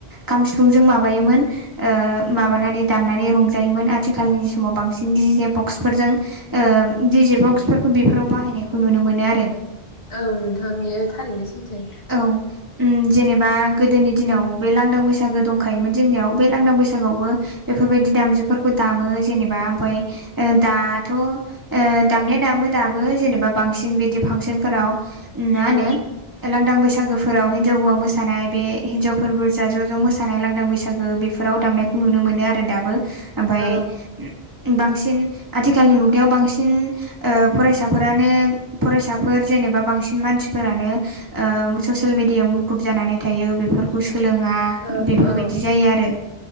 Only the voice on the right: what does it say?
खाम सिफुंजों माबायोमोन ओ माबानानै दामनानै रंजायोमोन आथिखालनि समाव बांसिन डिजे बक्सफोरजों ओ दिडिजे बक्सफोरखौ बेफोराव बाहायनायखौ नुनो मोनो आरो
औ जेनेबा गोदोनि दिनाव बे लांदां बैसागो दंखायोमोन जोंनियाव बे लांदां बैसागोआवबो बेफोरबायदि दामजुफोरखौ दामो जेनेबा ओमफ्राय दाथ' दामनाया दामो दाबो जेनेबा बांसिन बिदि फांसनफोराव उम मा होनो
लांदां बैसागोफोराव हिनजाव हौवा मोसानाय बे हिनजावफोर बुरजा ज' ज' मोसानाय लांदां बैसागो बे फोराव दामनायखौ नुनो मोनो आरो दाबो ओमफाय
बांसिन आथिखालनि मुगायाव बांसिन ओ फरायसाफोरानो फरायसाफोर जेनेबा बांसिन मानसिफोरानो ओ ससियेल मेडियाायाव मुखुब जानानै थायो बेफोरखौ सोलोङा
बेफोरबायदि
जायो आरो